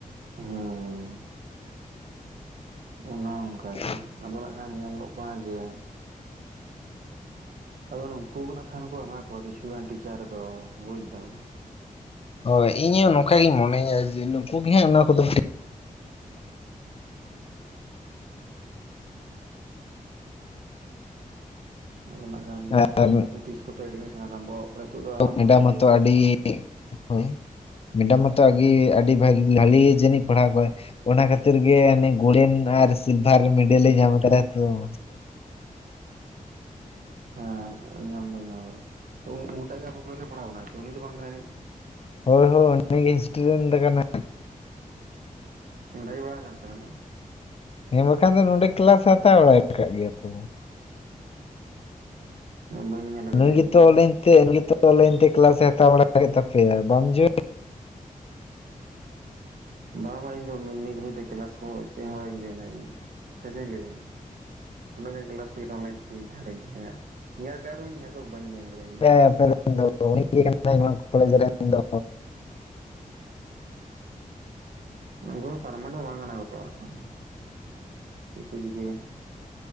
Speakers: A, on the right; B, on the left.
A: ᱦᱮᱸ ᱚᱱᱮ ᱚᱝᱠᱟ᱾
B: <inaudible>
A: ᱟᱫᱚ ᱱᱟᱜ ᱠᱷᱟᱱ ᱧᱮᱞᱚᱜ ᱠᱟᱱᱟ ᱡᱮ ᱟᱫᱚ ᱱᱩᱠᱩ ᱜᱮ ᱱᱟᱜ ᱠᱷᱟᱱ ᱠᱚ ᱮᱢᱟ ᱠᱚᱣᱟ ᱠᱤᱪᱷᱩ ᱜᱟᱱ ᱴᱤᱪᱟᱨ ᱫᱚ ᱵᱩᱡᱽᱫᱟᱢ᱾
B: ᱦᱳᱭ, ᱤᱧᱦᱚᱸ ᱱᱚᱝᱠᱟᱜᱤᱧ ᱢᱚᱱᱮᱭᱟ ᱡᱮ ᱱᱩᱠᱩ ᱜᱮ ᱦᱟᱸᱜ ᱚᱱᱟ ᱠᱚᱫᱚ
A: ᱟᱫᱚ ᱱᱟᱜ ᱠᱷᱟᱱ
B: ᱟᱨ <unintelligible>
A: ᱛᱤᱥ ᱠᱚᱛᱮ ᱮᱰᱢᱤᱥᱚᱱ ᱟᱨᱚᱢᱵᱚᱜ-ᱟ? ᱦᱤᱛᱳᱜ ᱫᱚ ᱟᱞᱚᱢ
B: ᱢᱮᱰᱟᱢ
A: ᱢᱚᱱᱮᱭᱟ
B: ᱢᱟᱛᱚ
A: ᱡᱮ
B: ᱟᱹᱰᱤ ᱦᱳᱭ, ᱢᱮᱰᱟᱢ ᱢᱟᱛᱚ ᱟᱜ ᱜᱮ ᱟᱹᱰᱤ ᱵᱷᱟᱜᱽ, ᱵᱷᱟᱹᱞᱤ ᱡᱟᱹᱱᱤᱡ ᱯᱟᱲᱦᱟᱣ ᱠᱚᱣᱟᱭ᱾ ᱚᱱᱟ ᱠᱷᱟᱹᱛᱤᱨ ᱜᱮ ᱚᱱᱮ ᱜᱳᱲᱮᱱ ᱟᱨ ᱥᱤᱞᱵᱷᱟᱨ ᱢᱮᱰᱮᱞᱮ ᱧᱟᱢ ᱠᱟᱫᱟᱭ ᱛᱚ <unintelligible>
A: ᱦᱮᱸ ᱧᱟᱢ ᱫᱚ ᱧᱟᱢ ᱟᱠᱟᱫᱟ᱾ ᱛᱚ, ᱩᱱᱤᱴᱟᱜ ᱜᱮ ᱟᱵᱚ ᱨᱮ ᱯᱟᱲᱦᱟᱣ ᱠᱟᱱᱟᱭ ᱥᱮ ᱩᱱᱤ ᱫᱚ ᱵᱟᱝ ᱠᱟᱱᱟᱭ ᱡᱟᱹᱱᱤᱡ?
B: ᱦᱳᱭ ᱭ, ᱚᱱᱟᱜᱤᱧ ᱥᱴᱩᱰᱮᱱᱴ ᱠᱟᱱᱟ᱾
A: ᱰᱟᱭ ᱵᱟᱲᱟ ᱠᱟᱱ ᱛᱟᱦᱞᱮ?
B: ᱦᱮᱸ ᱵᱟᱠᱷᱟᱱ ᱫᱚ ᱱᱚᱸᱰᱮ ᱠᱞᱟᱥ ᱦᱟᱛᱟᱣ ᱵᱟᱲᱟᱭ ᱟᱠᱟᱫ ᱜᱮᱭᱟ ᱛᱚ᱾
A: ᱵᱟᱹᱧ ᱧᱮᱞ ᱠᱟᱫᱮᱭᱟ
B: ᱱᱩᱭ ᱜᱮᱛᱚ
A: ᱤᱧ ᱫᱚ
B: ᱚᱱᱞᱟᱭᱤᱱ ᱛᱮ, ᱱᱩᱭ ᱜᱮᱛᱚ ᱚᱱᱞᱟᱭᱤᱱ ᱛᱮ ᱠᱞᱟᱥᱮ ᱦᱟᱛᱟᱣ ᱵᱟᱲᱟ ᱠᱮᱫ ᱛᱟᱯᱮᱭᱟ ᱵᱟᱢ ᱡᱚᱭᱮᱱ
A: ᱵᱟ ᱵᱟ ᱤᱧ ᱫᱚ ᱢᱤᱫ ᱧᱤᱫᱟᱹ <unintelligible> ᱠᱮᱞᱟᱥ ᱠᱚ ᱪᱮᱫ ᱦᱚᱸ ᱟᱹᱣᱨᱤᱧ ᱡᱚᱭᱱᱟ ᱤᱧ, ᱥᱚᱡᱷᱮᱧ ᱞᱮᱭᱫᱟ ᱤᱧ᱾ ᱩᱱᱟᱹᱜ ᱜᱟᱱ ᱠᱞᱟᱥ ᱦᱩᱭᱱᱟ ᱚᱱᱞᱟᱭᱤᱱ ᱛᱮ, ᱢᱤᱫ ᱫᱷᱟᱨᱤᱧ ᱡᱚᱭᱮᱱᱟ ᱧᱮᱞ ᱠᱟᱜ ᱨᱮᱦᱚᱸᱧ ᱟᱫᱚ ᱵᱟᱹᱧ ᱡᱚᱭᱮᱱ ᱟᱠᱟᱫᱟ᱾
B: ᱠᱟᱭᱟ ᱟᱯᱮ ᱵᱮᱪ ᱫᱚ, ᱩᱱᱤ ᱜᱮ ᱠᱟᱱᱟᱭᱮ ᱱᱚᱣᱟ ᱠᱚᱞᱮᱡᱽ ᱨᱮᱱ ᱫᱚ᱾
A: ᱱᱩᱝᱠᱩ ᱯᱟᱨᱢᱮᱴ ᱫᱚ ᱵᱟᱝ ᱠᱟᱱᱟᱛᱚ ᱮᱠᱷᱚᱱ᱾ ᱪᱮᱜ ᱠᱚ ᱪᱤᱠᱟᱹᱭᱟ?